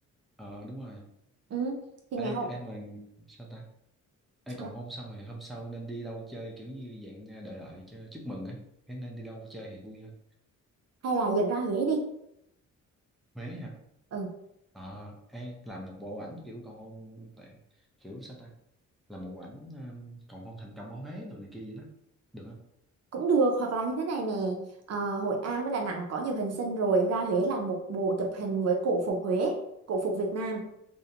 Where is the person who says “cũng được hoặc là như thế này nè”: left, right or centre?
Right